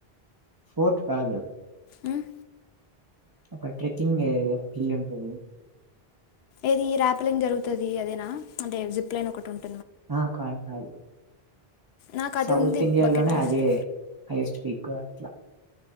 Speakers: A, on the right; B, on the left.
A: ఫోర్ట్ కాదు
B: మ్మ్,
A: ఒక ట్రెక్కింగ్ హిల్ ఉంటుది.
B: ఏదిర్ప్లింగ్ జరుగుతుది, అదేనా అంటే జిప్లైన్ ఒకటి ఉంటంది.
A: హా కాయ కాయ
B: నాకు
A: సౌత్
B: అది ఉంది
A: ఇండియాలోనే
B: బకెట్ లిస్ట్
A: అదే హైయెస్ట్ పీక్ అట్లా